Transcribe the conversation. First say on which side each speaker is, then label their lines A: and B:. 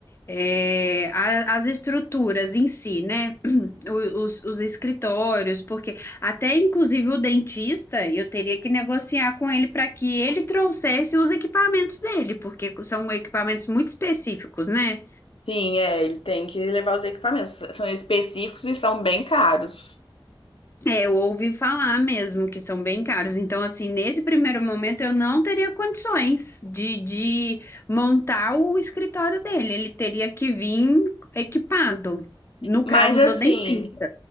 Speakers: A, on the left (about 25°); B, on the left (about 80°).
A: é, a- as estruturas em si, né? <clears throat> O- Os, os escritórios, porque até inclusive o dentista, eu teria que negociar com ele para que ele trouxesse os equipamentos dele, porque são equipamentos muito específicos, né?
B: Sim, é, ele tem que levar os equipamentos. São específicos e são bem caros.
A: É, eu ouvi falar mesmo que são bem caros. Então, assim, nesse primeiro momento eu não teria condições de, de montar o escritório dele. Ele teria que vir equipado, no
B: Mas
A: caso
B: assim,
A: do dentista.